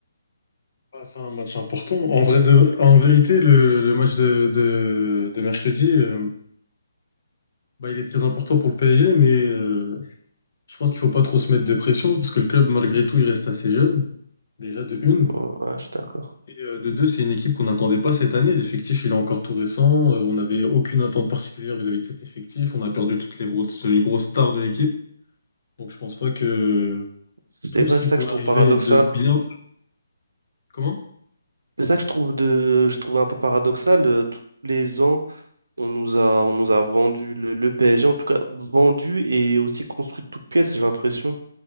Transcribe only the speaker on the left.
Ah, c'est un match important. En vrai de- en vérité, le, le match de, de, de mercredi, euh, bah, il est très important pour le PSG, mais euh, je pense qu'il faut pas trop se mettre de pression parce que le club, malgré tout, il reste assez jeune, déjà de une.
Et euh, de deux, c'est une équipe qu'on n'attendait pas cette année. L'effectif, il est encore tout récent. Euh, on n'avait aucune attente particulière vis-à-vis de cet effectif. On a perdu toutes les grosses, les grosses stars de l'équipe. Donc je pense pas que
tout
ce qui
pourrait
arriver
de bien. Comment?